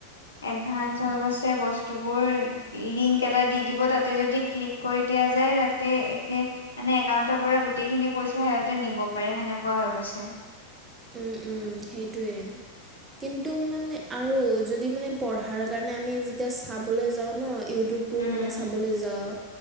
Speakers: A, on the left (about 70°); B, on the right (about 15°).
A: এডভান্স হৈ গছে বস্তুবোৰ লিংক এটা দি দিব তাতে যদি ক্লিক কৰি দিয়া যায় তাতে একে মানে একাউণ্টৰ পৰা গোটেইখিনি পইচা সিহঁতে নিব পাৰে সেনেকুৱা হৈ গৈছে।
B: উম উম সেইটোৱে, কিন্তু মানে আৰু যদি মানে পঢ়াৰ কাৰণে আমি যেতিয়া চাবলৈ যাওঁ ন, ইউটিউবটো
A: উম,
B: মানে চাবলৈ যাওঁ